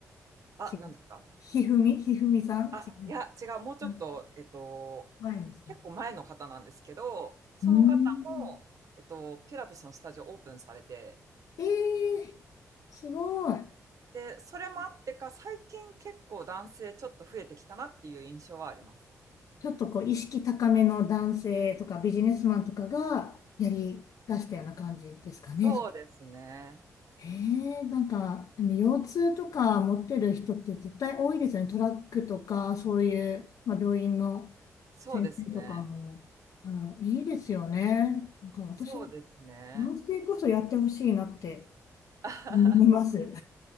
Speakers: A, on the right; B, on the left.
A: あ、
B: 違う。
A: なんですか
B: ひふみひふみさん違う。
A: あ、いや、違う、もうちょっと、
B: うん
A: えっと、
B: 前の先
A: 結構前の方なんですけど、その方も、
B: 生。うん。
A: えっと、ピラティスのスタジオオープンされて、
B: ええーすごい。
A: で、それもあってか、最近結構男性ちょっと増えてきたなっていう印象はあります。
B: ちょっとこう、意識高めの男性とかビジネスマンとかがやり出したような感じですかね。
A: そうですね。
B: ええなんか、でも腰痛とか持ってる人って絶対多いですよね。トラックとか、そういう、まあ、病院の
A: そうですね。
B: 先生とかも、あの、いいですよね。なんか私も、
A: そうですね。
B: 男性こそやってほしいなって
A: <laughs>
B: 思います。